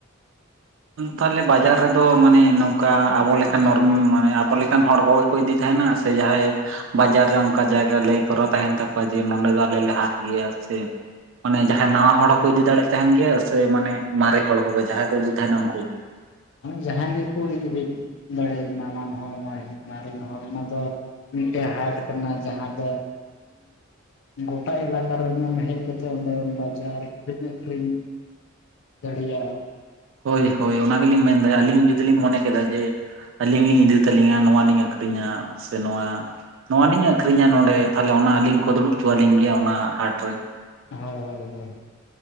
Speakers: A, on the right; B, on the left.
A: ᱛᱟᱦᱚᱞᱮ ᱵᱟᱡᱟᱨ ᱨᱮᱫᱚ ᱢᱟᱱᱮ ᱱᱚᱝᱠᱟ ᱟᱵᱚ ᱞᱮᱠᱟᱱ ᱱᱚᱨᱢᱮ ᱢᱟᱱᱮ ᱟᱵᱚ ᱞᱮᱠᱟᱱ ᱦᱚᱲ ᱠᱚ, ᱠᱚ ᱤᱫᱤ ᱛᱟᱦᱮᱱᱟ, ᱥᱮ ᱡᱟᱦᱟᱸᱭ ᱵᱟᱡᱟᱨ ᱨᱮ ᱚᱱᱠᱟ ᱡᱟᱭᱜᱟ ᱞᱟᱹᱭ ᱠᱚᱨᱟᱣ ᱛᱟᱦᱮᱱ ᱛᱟᱠᱚᱣᱟ ᱡᱮ ᱱᱚᱰᱮ ᱫᱚ ᱟᱞᱮ ᱞᱮ ᱦᱟᱴ ᱜᱮᱭᱟ ᱥᱮ, ᱢᱟᱱᱮ ᱡᱟᱦᱟᱸᱭ ᱱᱟᱣᱟ ᱦᱚᱲ ᱦᱚᱸᱠᱚ ᱤᱫᱤ ᱫᱟᱲᱮᱭᱟᱜ ᱛᱟᱦᱮᱱ ᱜᱮᱭᱟ, ᱥᱮ ᱢᱟᱱᱮ ᱢᱟᱨᱮ ᱦᱚᱲ ᱠᱚᱜᱮ ᱡᱟᱦᱟᱸᱭ ᱠᱚ ᱤᱫᱤ ᱛᱟᱦᱮᱱᱟ ᱩᱱᱠᱩᱩᱜ ᱜᱮ,
B: ᱡᱟᱦᱟᱸᱭ ᱜᱮᱠᱚ ᱤᱫᱤ ᱫᱟᱲᱮᱭᱟᱜ ᱱᱟᱣᱟᱱ ᱦᱚᱲ ᱢᱟᱨᱮᱱ ᱦᱚᱲ ᱚᱱᱟ ᱫᱚ ᱢᱤᱫᱴᱮᱱ ᱦᱟᱴ ᱠᱟᱱᱟ ᱡᱟᱦᱟᱸ ᱫᱚ ᱜᱚᱴᱟ ᱮᱞᱟᱠᱟ ᱨᱮᱱ ᱦᱮᱡ ᱠᱟᱛᱮᱜ ᱚᱸᱰᱮ ᱵᱟᱡᱟᱨ, ᱠᱤᱨᱤᱧ ᱟᱹᱠᱷᱨᱤᱧ ᱫᱟᱲᱮᱭᱟᱜᱼᱟ᱾
A: ᱦᱳᱭ ᱦᱳᱭ ᱚᱱᱟ ᱜᱮᱞᱤᱧ ᱢᱮᱱᱫᱟ, ᱟᱹᱞᱤᱧ ᱡᱩᱫᱤ ᱞᱤᱧ ᱢᱚᱱᱮ ᱠᱮᱫᱟ ᱡᱮ ᱟᱹᱞᱤᱧ ᱞᱤᱧ ᱤᱫᱤ ᱛᱟᱹᱞᱤᱧᱟ ᱱᱚᱣᱟᱞᱤᱧ ᱟᱹᱠᱷᱨᱤᱧᱟ, ᱥᱮ ᱱᱚᱣᱟ ᱱᱚᱣᱟᱞᱤᱧ ᱟᱹᱠᱷᱨᱤᱧᱟ ᱱᱚᱰᱮ ᱛᱟᱦᱚᱞᱮ ᱚᱱᱟ ᱟᱹᱞᱤᱧ ᱠᱚ ᱫᱩᱲᱩᱵ ᱦᱚᱪᱚᱣᱟᱞᱤᱧ ᱜᱮᱭᱟ ᱚᱱᱟ ᱦᱟᱴ ᱨᱮ᱾
B: ᱦᱳᱭ ᱦᱳᱭ ᱦᱳᱭ,